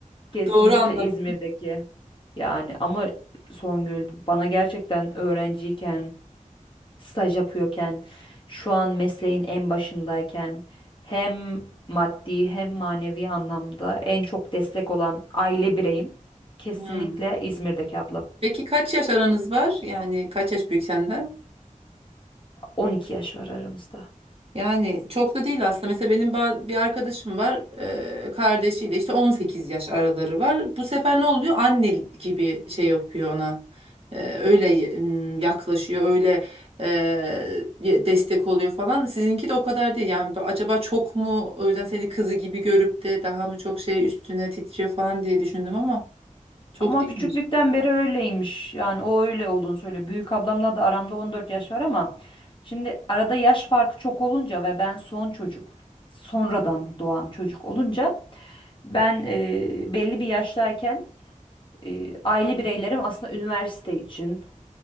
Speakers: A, on the left; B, on the right.
A: Kesinlikle
B: Doğru anladım.
A: İzmir'deki. Yani ama Songül bana gerçekten öğrenciyken, staj yapıyorken, şu an mesleğin en başındayken hem maddi hem manevi anlamda en çok destek olan aile bireyim kesinlikle
B: Hmm.
A: İzmir'deki ablam.
B: Peki kaç yaş aranız var? Yani kaç yaş büyük senden?
A: 12 yaş var aramızda.
B: Yani çok da değil aslında. Mesela benim ba- bir arkadaşım var. eee, kardeşiyle işte 18 yaş araları var. Bu sefer ne oluyor? Anne gibi şey yapıyor ona. Eee, öyle mm, yaklaşıyor. Öyle eee, ye- destek oluyor falan. Sizinki de o kadar değil. Yani bu- acaba çok mu o yüzden seni kızı gibi görüp de daha mı çok şey üstüne titriyor falan diye düşündüm ama çok
A: Ama
B: değilmiş.
A: küçüklükten beri öyleymiş. Yani o öyle olduğunu söylüyor. Büyük ablamla da aramda 14 yaş var ama şimdi arada yaş farkı çok olunca ve ben son çocuk, sonradan doğan çocuk olunca ben e, belli bir yaştayken e, aile bireylerim aslında üniversite için,